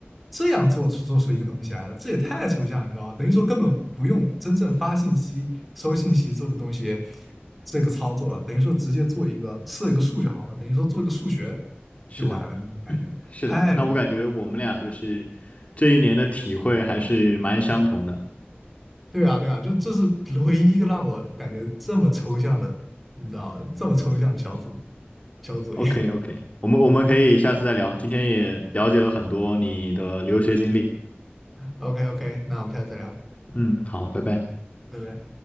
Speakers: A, in the centre; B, on the left (about 35°).
A: 这样做出做出一个东西来的，这也太抽象，你知道吧？等于说根本不用真正发信息、收信息做个东西，这个操作了，等于说直接做一个设一个数就好了，等于说做一个数学
B: 是的。
A: 就完了，那种感觉太离谱了。
B: 是的，那我感觉我们俩就是这一年的体会还是蛮相同的。
A: 对啊，对啊，就这是唯一一个让我感觉这么抽象的，你知道，这么抽象的小组小组作业。
B: OK
A: <laughs>
B: OK，我们我们可以下次再聊，今天也了解了很多你的留学经历。
A: OK OK，那我们下次再聊，
B: 嗯，好，拜拜。
A: 拜拜。